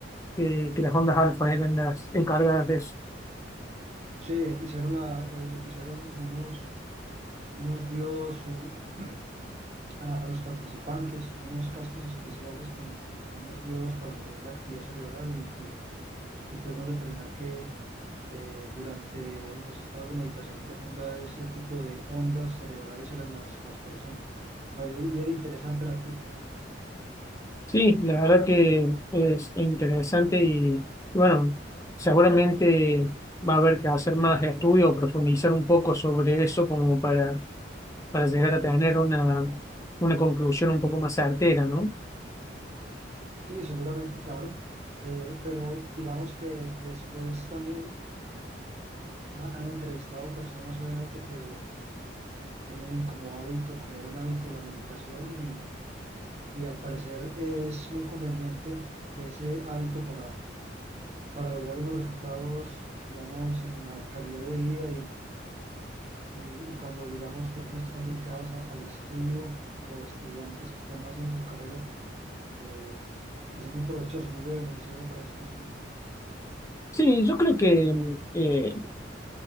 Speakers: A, on the left; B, on the right.
A: que, que las ondas alfa eran las encargadas de eso.
B: sí, hicieron la, eh, le pusieron como unos, unos diodos, o a, a los participantes unos cascos especiales con unos diodos para medir la actividad cerebral y, y, y pudieron determinar que, que durante los estados de meditación profunda ese tipo de ondas cerebrales eran las, las presentes. Fue bien interesante el artículo.
A: Sí, la verdad que es interesante y bueno, seguramente va a haber que hacer más estudios o profundizar un poco sobre eso como para, para llegar a tener una, una conclusión un poco más certera, ¿no?
B: Sí, seguramente, claro, eh, pero digamos que después también ha- han entrevistado personas obviamente que tienen como hábito, como buen hábito la meditación y y al parecer es muy conveniente ese hábito para, para lograr unos resultados, digamos, en la calidad de vida y, en- y, y cuando, digamos, personas que están dedicadas a- al estudio o estudiantes que están haciendo su carrera, eh, es muy provechoso, muy beneficioso para esas personas.
A: Sí, yo creo que eh,